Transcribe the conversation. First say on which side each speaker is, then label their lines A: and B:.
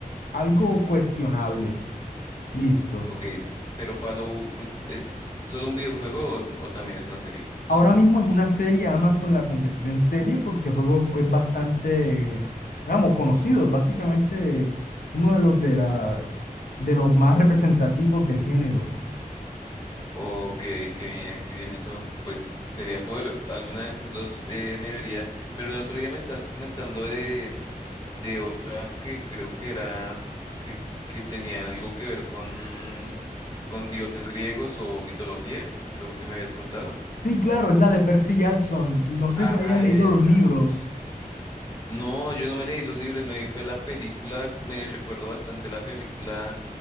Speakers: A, on the left; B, on the left.
A: algo cuestionables. Listo.
B: Ok, pero Fallout es, es solo un videojuego o, o también es una serie?
A: Ahora mismo es una serie, Amazon la convirtió en serie porque el juego es bastante, digamos, conocido, es básicamente uno de los de la, de los más representativos del género.
B: Oh, Ok, qué bien, qué bien eso. Pues sería poder, alguna de esas dos eh, me vería, pero el otro día me estabas comentando de, de otra que creo que era, que, que tenía algo que ver con, con dioses griegos o mitología, creo que me habías contado.
A: Sí, claro, es la de Percy Jackson. No sé
B: Ah,
A: si te hayas leído
B: esa.
A: los libros.
B: No, yo no me leí los libros, me vi fue la película, me recuerdo bastante la película